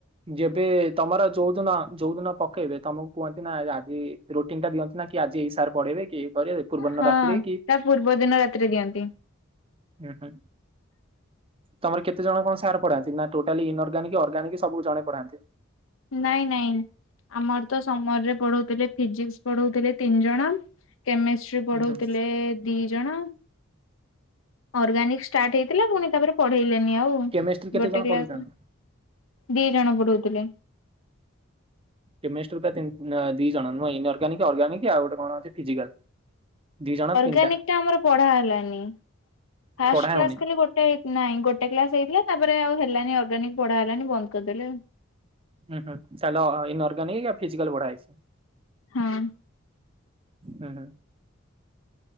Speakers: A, on the right (about 25°); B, on the left (about 70°).
A: ଯେବେ ତମର ଯୋଉଦିନ ଯୋଉଦିନ ପକେଇବେ ତମକୁ କୁହନ୍ତି ନା ରୁଟିନ ଟା ଦିଅନ୍ତି ନା କି ଆଜି ଏଇ ସାର୍ ପଢେଇବେ କି କରିବେ ପୂର୍ବଦିନ
B: ହଁ
A: ରାତିରେ କି
B: ତା ପୂର୍ବ ଦିନ ରାତିରେ ଦିଅନ୍ତି।
A: ହଁ ହ ତମ କେତେ ଜଣ କଣ ସାର ପଡାନ୍ତି ନା ଟୋଟାଲି ଇଅର୍ଗାନିକ୍ ଅର୍ଗାନିକ ସବୁ ଜଣେଇ ପାରନ୍ତି।
B: ନାଇଁ ନାଇଁ ଆମର ତ ସମରରେ ପଢଉଥିଲେ ଫିଜିକସ ପଢଥିଲେ ତିନି ଜଣ କେମିଷ୍ଟ୍ରି ପଢଉଥିଲେ
A: ହୁଁ ହୁଁ
B: ଦି ଜଣ ଅର୍ଗାନିକ ଷ୍ଟାର୍ଟ ହେଇଥିଲା ପୁଣି ତାପରେ ପଢେଇଲେ ଆଉ
A: କେମିଷ୍ଟ୍ରି କେତେ
B: ଗୋଟେ
A: ଜଣ
B: କ୍
A: ପଢଉଛନ୍ତି
B: ଦି ଜଣ ପଢଉଥିଲେ।
A: କେମିଷ୍ଟ୍ରିା ଦିଇ ଜଣ ନୁହଁ ଅର୍ଗାନିକ ଅର୍ଗାନିକ୍ ଆଉ ଗୋଟେ କଣ ଅଛି ଫିଜିକାଲ ଦି ଜଣ ତିନିଟା
B: ଗିକାମର ପଢା ହେଲିା୍ ଖା
A: ପଢା ହଉନି।
B: ଗୋଟେ ନାଇ ଗୋଟେ କ୍ସ ହେଇଥିଲା ତାପରେ ଆଉ ହେ ଅର୍ଗାନିକ ପଢା ହେଲାଣି ବନ୍ଦ କରିଦେଲେ
A: ହୁଁ ହଁ ଚାଲ ଇନର୍ଗାନିକ ଫିଜିକଲ ବଢ଼ଏଛ
B: ହଁ
A: ଉଁ ହୁଁ